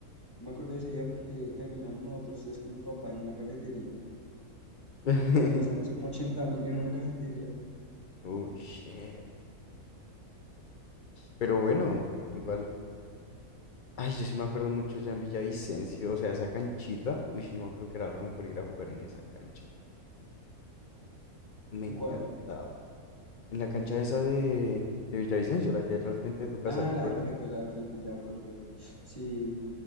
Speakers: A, on the left (about 15°); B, on the left (about 65°).
A: yo me acuerdo de ese día porque terminamos nosotros tres con mi papá en una cafetería,
B: <laughs>
A: que nos gastamos como
B: Sí.
A: ochenta mil en una cafetería.
B: Oh, shit. Pero bueno, igual. Ay, yo sí me acuerdo mucho ya en Villavicencio, o sea, esa canchita. Uy, yo me acuerdo que era lo mejor ir a jugar en esa cancha. Me
A: ¿En
B: encantaba.
A: cuál?
B: En la cancha esa de, de Villavicencio, la que era al frente de tu casa,
A: Ah,
B: ¿te
A: la
B: acuerdas?
A: del frente, la del frente, ya me acordé. Sí,